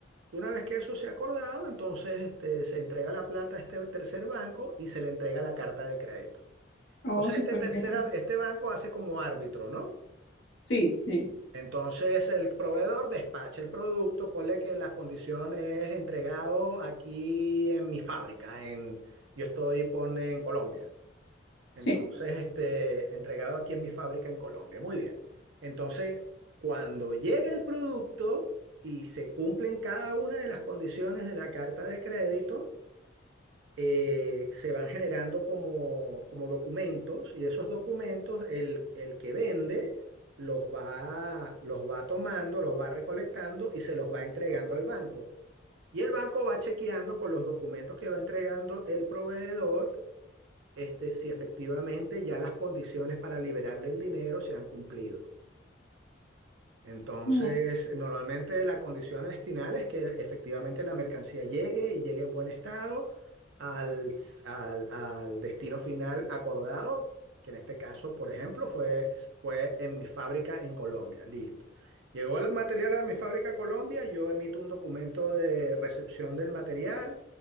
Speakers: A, on the right (about 65°); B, on the left (about 70°).
A: Una vez que eso se ha acordado, entonces este, se entrega la plata a este tercer banco y se le entrega la carta de crédito.
B: Oh,
A: Entonces,
B: súper
A: este tercera,
B: bien.
A: este banco hace como árbitro, ¿no?
B: Sí, sí,
A: Entonces el proveedor despacha el producto, ponle que la condición es entregado aquí en mi fábrica, en, yo estoy pone, en Colombia. Entonces,
B: sí.
A: este, entregado aquí en mi fábrica en Colombia. Muy bien. Entonces, cuando llegue el producto y se cumplen cada una de las condiciones de la carta de crédito, eh, se van generando como, como documentos y esos documentos el, el que vende los va, los va tomando, los va recolectando y se los va entregando al banco. Y el banco va chequeando con los documentos que va entregando el proveedor, este, si efectivamente ya las condiciones para liberarle el dinero se han cumplido. Entonces,
B: Mm,
A: normalmente la condición es final es que efectivamente la mercancía llegue y llegue en buen estado al, al- al destino final acordado, que en este caso, por ejemplo, fue, fue en mi fábrica en Colombia. Listo. Llegó el material a mi fábrica Colombia, yo emito un documento de recepción del material